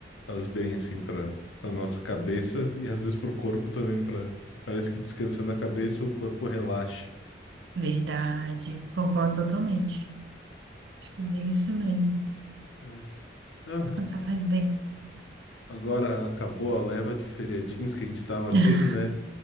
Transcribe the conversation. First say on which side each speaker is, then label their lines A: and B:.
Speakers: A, on the left; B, on the right.
A: Faz bem assim para a nossa cabeça e às vezes para o corpo também, para parece que descansando a cabeça o corpo relaxa,
B: Verdade. Concordo totalmente. Acho que é bem isso mesmo.
A: né? Ah,
B: Descansar faz bem.
A: agora acabou a leva de feriadinhos que a gente estava tendo,
B: Ai,
A: né?